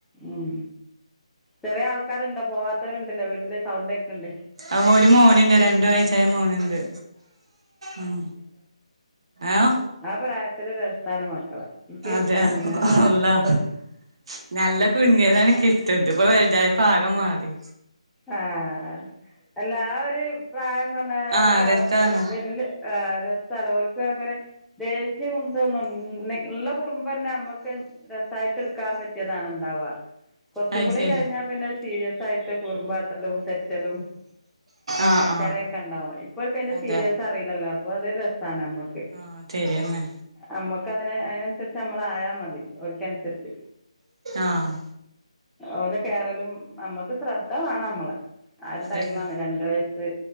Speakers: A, in the centre; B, on the right.
A: ഉം കൊറേയാൾക്കാരുണ്ടോ പോവാത്തോരുണ്ട്ല്ലേ വീട്ടില് സൗണ്ടേക്ക്ണ്ട്.
B: ആ ഒര് മോനുണ്ട് രണ്ട് വയസായ മോനുണ്ട് ഉം ആഹ്
A: ആപ്രായത്തില് രസാണ് മക്കളെ. എനിക്കിഷ്ടാണ്
B: അതെ
A: ഞാൻ പറയും
B: അള്ളാഹ്
A: മോള്
B: നല്ല കുഞ്ഞിയതാണെൻക്കി ഇത്പ്പോ വലുതായപ്പാക മാറി.
A: ആഹ് അല്ലാ ആ ഒര് പ്രായം പറഞ്ഞാ
B: ആഹ്
A: അർക്ക് അ
B: രസാണ്
A: വെല്ല്യ ആഹ് രസാണ് ഓല്ക്കങ്ങനെ ദേഷ്യമുണ്ടോന്ന്ണ്ണി ഇള്ള കുറുമ്പന്നെ നമ്മക്ക് രസായിട്ട് ഇടുക്കാ പറ്റിയതാണുണ്ടാവാ. കൊറ്ച്ചും
B: അത്
A: കൂടി
B: ശരി
A: കഴിഞ്ഞാ പിന്നഅ് സീരിയസായിട്ട് കുറുമ്പാട്ടലും തെറ്റലും
B: ആഹ്
A: കച്ചെറേക്കെ
B: ആഹ്
A: ഉണ്ടാവും ഇപ്പോൽക്കയിന്റെ
B: അതെ
A: സീരിയസറിയില്ലല്ലോ അപ്പൊ അത് രസാണമ്മക്ക്.
B: ആഹ് തെരിയെന്നെ.
A: അമ്മക്കങ്ങനെ അയിനനുസരിച്ചമ്മളായാ മതി. ഓൽക്കൻസര്ച്ച്.
B: ആഹ്
A: ഓലെ കേറലും നമ്മക്ക് ശ്രദ്ധ വാണമ്മളെ. ആ ഒരു
B: അതന്നെ
A: ടൈമാണ് രണ്ട് വയസ്സ്